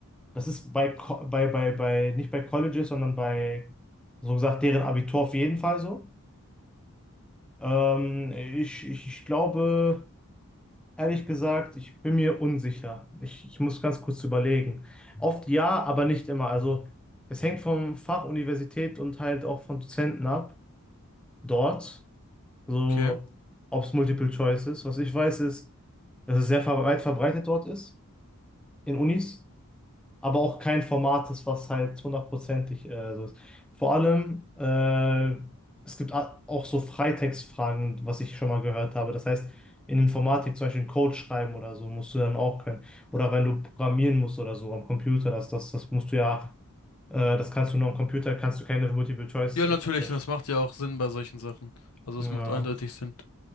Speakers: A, in the centre; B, on the left.
A: das ist bei, Co- bei, bei, bei, nicht bei Colleges, sondern bei, so gesagt, deren Abitur auf jeden Fall so. Ähm, ich, ich, ich glaube, ehrlich gesagt, ich bin mir unsicher. Ich, ich muss ganz kurz überlegen. Oft ja, aber nicht immer. Also es hängt vom Fach, Universität und halt auch von Dozenten ab. Dort, so
B: Okay.
A: ob es Multiple Choice ist. Was ich weiß, ist, dass es sehr ver- weit verbreitet dort ist, in Unis aber auch kein Format ist, was halt hundertprozentig äh, so ist. Vor allem, äh, es gibt a- auch so Freitextfragen, was ich schon mal gehört habe. Das heißt, in Informatik zum Beispiel einen Code schreiben oder so, musst du dann auch können. Oder wenn du programmieren musst oder so am Computer, das, das, das musst du ja, äh, das kannst du nur am Computer, kannst du keine Multiple-Choice-Question.
B: Ja, natürlich, das macht ja auch Sinn bei solchen Sachen. Also
A: Ja.
B: es macht eindeutig Sinn.